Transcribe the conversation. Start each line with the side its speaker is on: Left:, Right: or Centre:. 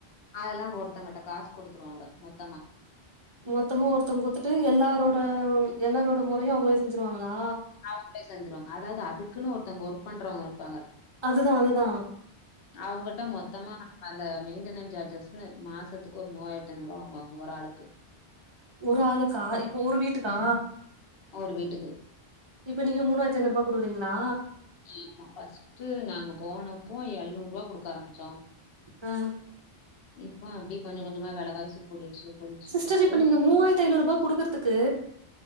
Left: அதெலா ஒருத்தங்கட்ட காசு குடுத்துருவாங்க மொத்தமா
Right: மொத்தமு ஒருத்தவுங் குத்துட்டு எல்லாரோட எல்லாரோட மொறயு அவுங்களே செஞ்சுருவாங்களா
Left: அவுங்ளே செஞ்சுருவாங் அதாவது அதுக்குன்னு ஒருத்தவுங் ஒர்க் பண்றவங்கருப்பாங்க
Right: அதுதா அதுதா
Left: அவுங்கட்ட மொத்தமா அந்த மெயின்டெனன் சார்ஜஸ்ன்னு மாசத்துக் ஒரு மூவாயிரத்ஐநூரூவா வாங்குவாங் ஒரு ஆளுக்கு
Right: ஒரு ஆளுக்கா இப்போ ஒரு வீட்டுக்கா
Left: ம் ஒரு வீட்டுக்கு
Right: இப்ப நீங்க மூணாயிரத்ஐநூரூபா குடுக்றீங்ளா
Left: ஆமா ஃபர்ஸ்டு நாங்க போனப்போ எழ்நூற்வா குடுக்க ஆரமிச்சோ
Right: ஆ
Left: இப்போ அப்டி கொஞ்ச கொஞ்சமா வெலவாசி கூடிடுச்சு கூடிடுச்சுன்னு
Right: சிஸ்டர்
Left: சொல்ட்டு
Right: இப்ப நீங்க மூவாயிரத்ஐநூறுபா குடுக்றதுக்கு